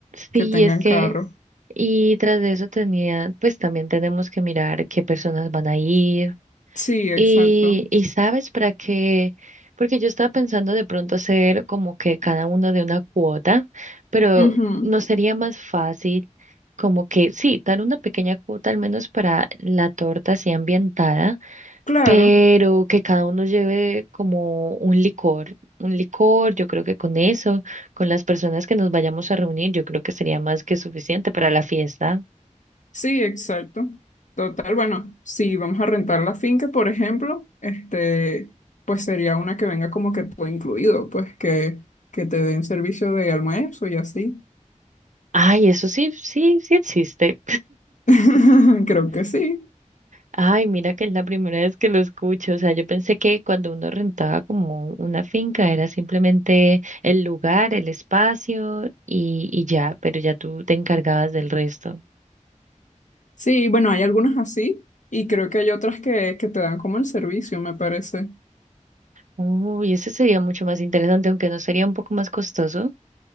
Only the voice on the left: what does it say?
que tengan
carro.
Sí, exacto.
Ujú,
Claro,
sí, exacto. Total, bueno, si vamos a rentar la finca, por ejemplo, este, pues sería una que venga como que todo incluido, pues que, que te den servicio de almuerzo y así.
<laughs> Creo que sí.
Sí, bueno, hay algunas así y creo que hay otras que, que te dan como el servicio, me parece.